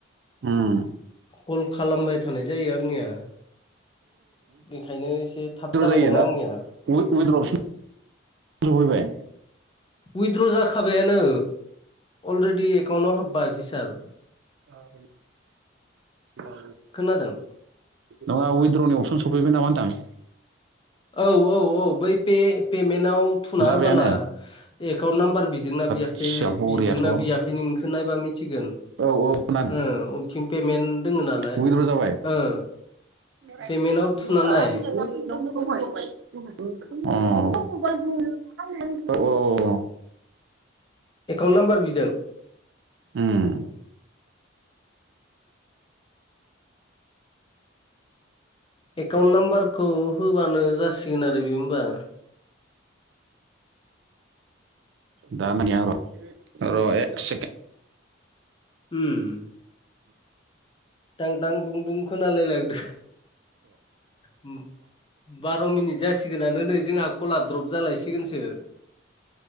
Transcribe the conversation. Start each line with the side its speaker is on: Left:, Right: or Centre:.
Right: उम
Left: कल खालामबाय थानाय जायो आंनिया बेखायनो एसे
Right: उइद्र'
Left: थाब जाबाय
Right: जायो
Left: दां
Right: ना
Left: आंनिया
Right: <unintelligible> सफैबाय
Left: उइद्र' जाखाबायानो। अलरडि एकाउन्टाव हाबबाय फैसार
Right: <unintelligible>
Left: खोनादों?
Right: नङा उइद्र'नि अपसन सफैबाय नामा होनदां?
Left: औ औ औ। बै पे पेमेन्टाव थुना
Right: जाबायानो
Left: होबोला एकाउन्ट नाम्बार बिदोंना बिया
Right: आदसा
Left: खै
Right: बरियाथ'
Left: बिदोंना
Right: औ
Left: बियाखै नोंनिखो नायबा मिथिगोन।
Right: औ खोनादों
Left: ओ अबेथिं पेमेन्ट दङ नालाय
Right: उइद्र' जाबाय
Left: ओ
Right: <unintelligible>
Left: पेमेन्टाव थुना नाय
Right: <unintelligible>
Left: एकाउन्ट नाम्बार बिदों
Right: उम
Left: एकाउन्ट नाम्बारखौ होबानो जासिगोन आरो बियो होमबा।
Right: दा <unintelligible>
Left: उम। दांदांदुंदुं खोनालायलांदो बा बार मिनिट जासिगोनानो नै जोंहा कला द्रप जालायसिगोनसो